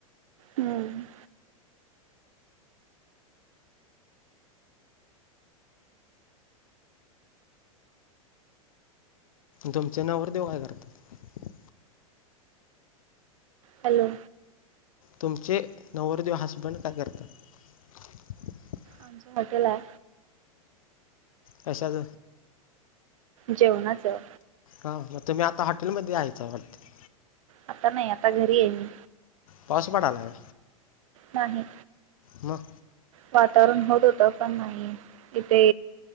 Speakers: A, on the right; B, on the left.
A: हम्म
B: तुमच नवरदेव काय करत्यात.
A: हॅलो!
B: तुमचे नवरदेव हसबंड काय करत्यात.
A: आमच हॉटेल आहे.
B: कश्याच?
A: जेवणाचं.
B: ह तुम्ही मग आता हॉटेल मध्येच हायसा वाटतं.
A: आता नाही आता घरी आहे मी.
B: पाऊस पडायलाय.
A: नाही.
B: मग.
A: वातावरण होत-होत पण नाही. इथे.